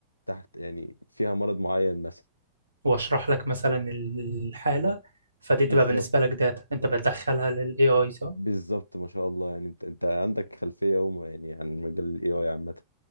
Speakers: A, on the left; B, on the right.
A: تحت يعني فيها مرض معين مثلا
B: وأشرح لك مثلا الحالة فدي
A: بالظبط
B: تبقى بالنسبة لك داتا أنت بتدخلها لل AI صح؟
A: بالظبط ما شاء الله يعني انت انت عندك خلفيه وما يعني عن مجال الاي اي عامه